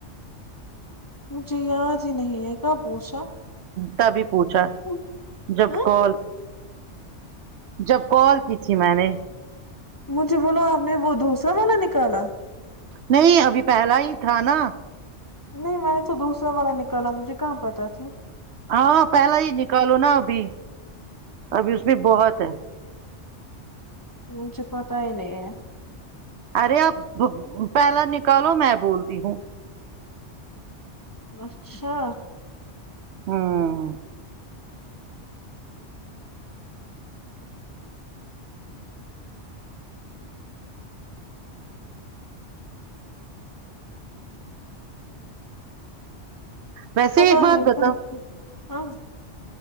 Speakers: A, on the left; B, on the right.
A: مجھے یاد ہی نہیں ہے کب پوچھا
B: ت بھی پوچھا
A: ہاں
B: جب کال جب کال کی تھی میں نے
A: مجھے بولو آپ نے وہ دوسرا والا نکالا
B: نہیں ابھی پہلا ہی تھا نا
A: نہیں میں نے تو دوسرا والا نکالا مجھے کہاں پتاہ تھی
B: ہاں پہلا ہی نکالو نا ابھی ابھی اس میں بہت ہے
A: مجھے پتہ ہی نہیں ہے
B: ارے اب پہلا نکالو میں بول پ ہوں
A: اچھا
B: ہاں ویسے
A: پتا
B: ہی ایک بات
A: نہیں
B: بتاؤ
A: ہاں